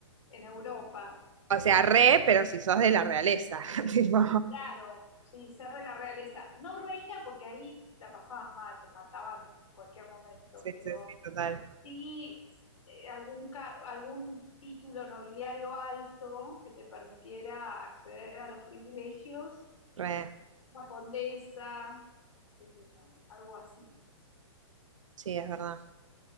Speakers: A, on the left; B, on the right.
A: en Europa.
B: o sea, re, pero si sos de la realeza. <laughs> Tipo,
A: Claro, sí, ser de la realeza. No reina porque ahí la pasabas mal, te mataban en cualquier momento,
B: sí,
A: pero
B: sí, sí, total.
A: sí eh, algún, ca- algún título nobiliario alto que te permitiera acceder a los privilegios,
B: Re.
A: una condesa, qué sé yo, algo así.
B: Sí, es verdad.